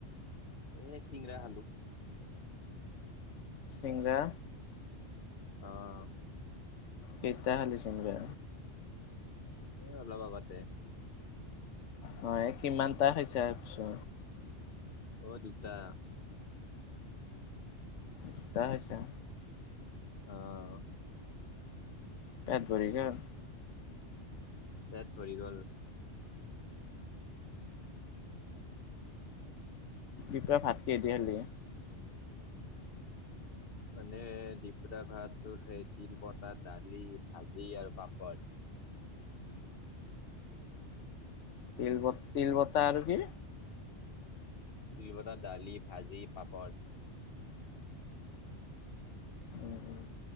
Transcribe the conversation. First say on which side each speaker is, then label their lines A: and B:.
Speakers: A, on the left (about 55°); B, on the left (about 85°).
A: এই চিংগৰা খালোঁ।
B: চিংৰা।
A: অ',
B: কেইটা খালি চিংৰা।
A: এ' অলপ আগতে।
B: হয় কিমানটা খাইছা পিছে।
A: অ দুটা।
B: দুটা খাইছা।
A: অ',
B: পেট ভৰি গ'ল।
A: পেট ভৰি গ'ল।
B: দুপৰীয়া ভাত কিহে দি খালি?
A: মানে দুপৰীয়া ভাত তোৰ সেই তিলপতাত, দালি, ভাজি আৰু পাপৰ।
B: তিল ব তিল বটা আৰু কি?
A: তিল বটা দালি ভাজি পাপৰ।
B: উম উম